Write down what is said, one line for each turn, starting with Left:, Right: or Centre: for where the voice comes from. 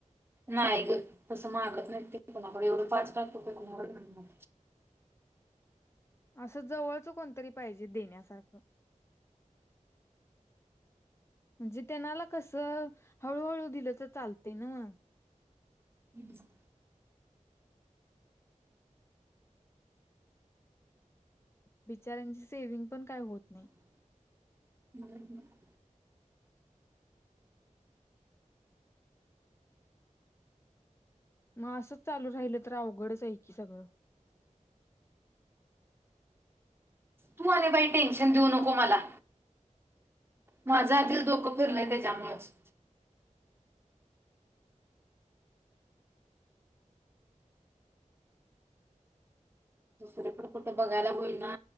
Right: नाही ग तसं मागत नाही ते कोणाकडे एवढं पाच पाच रुपये कुणाकड मिळणार?
Left: असं जवळच कोणतरी पाहिजे देण्यासारखं. म्हणजे त्यांनाला कसं हळूहळू दिलं तर चालते मग.
Right: <inaudible>
Left: बिचाऱ्यांचे सेविंग पण काही होत नाही.
Right: <inaudible>
Left: मग असंच चालू राहिलं तर अवघडच आहे की सगळं.
Right: तू आणि बाई टेन्शन देऊ नको मला. माझ आधीच डोकं फिरलय त्यांच्या मूळच. दुसरी कुठ बघायला होईना.